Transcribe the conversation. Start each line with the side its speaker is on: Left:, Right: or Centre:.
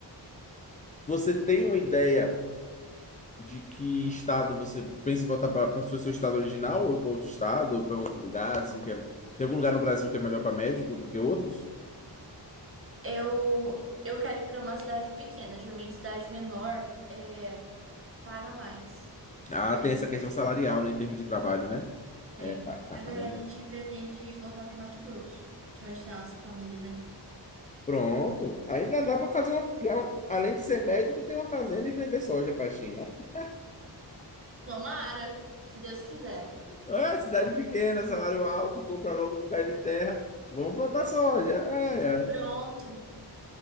Left: você tem uma ideia de que estado você pensa em voltar para o seu seu estado original ou para outro estado ou para outro lugar, assim, que é- tem algum lugar no Brasil que é melhor para médico do que outros?
Right: Eu, eu quero ir pra uma cidade pequena. Geralmente cidade menor é, paga mais.
Left: Ah,
Right: Porque
Left: tem
Right: ninguém.
Left: essa questão salarial, né, em termos de trabalho, né?
Right: Tem.
Left: É, pa- pa-
Right: Mas
Left: paga
Right: a gente pretende voltar para Mato Grosso, que é onde está a nossa família, né?
Left: Pronto. Ainda dá para fazer uma. criar um- Além de ser médico, ter uma fazenda e vender soja para a China. <laughs>
Right: Tomara, se Deus quiser.
Left: Ah, cidade pequena, salário alto, compra logo um lugar de terra. Vamos plantar soja. Ai, ai.
Right: Pronto.